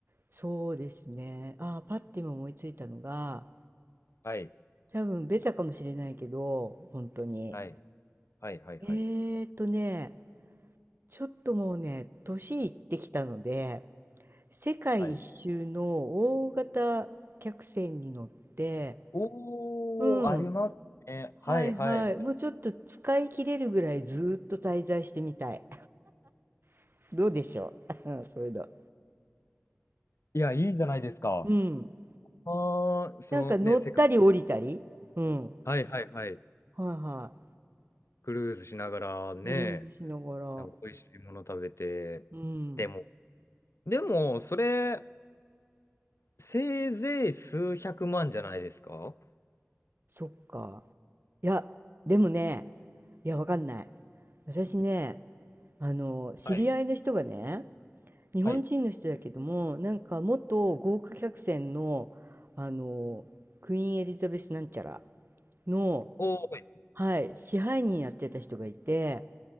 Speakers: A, on the right (about 50°); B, on the left (about 75°).
A: そうですね。ああ、パッて今思いついたのが、
B: はい。
A: 多分ベタかもしれないけど、本当に。
B: はい。はい。はい。
A: え
B: はい
A: ーっとね、ちょっともうね、年いってきたので、世界一周の
B: はい。
A: 大型客船に乗って、
B: おー、
A: うん
B: ありますね。はいはいはい。
A: はいはい。もうちょっと使い切れるぐらいずーっと滞在してみたい。<laughs> どうでしょう <laughs> うんそういうの。
B: いや、いいじゃないですか。
A: うん。
B: あー、そのね、
A: なんか乗ったり降りたり。
B: 世界。
A: うん。
B: はいはいはい。
A: はいは
B: クルーズしながらね、
A: い。クルーズしながら。
B: なんか美味しいもの食べて、
A: うん。
B: でも、でも、それ、せいぜい数百万じゃないですか
A: そっか。いや、でもね、いや、わかんない。私ね、あの、知り合いの人がね、
B: はい。
A: 日本人の人だけども、
B: はい。
A: なんか元豪華客船の、あの、クイーンエリザベスなんちゃらの、
B: お
A: はい、支配人やってた人がいて、